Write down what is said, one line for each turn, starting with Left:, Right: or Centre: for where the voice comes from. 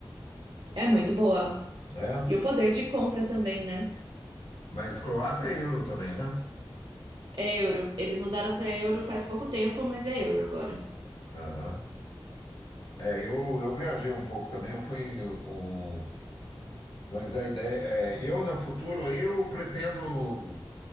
Right: é muito boa.
Left: né?
Right: E o poder de compra também, né?
Left: Mas Croácia é euro também, né?
Right: É euro. Eles mudaram para euro faz pouco tempo, mas é euro agora.
Left: Aham. É, eu, eu viajei um pouco também, eu fui um. Mas a ideia é, eu no futuro, eu pretendo.